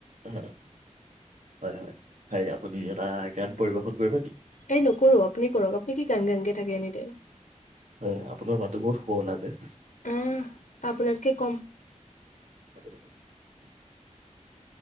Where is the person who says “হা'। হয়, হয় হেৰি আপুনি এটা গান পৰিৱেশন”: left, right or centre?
Right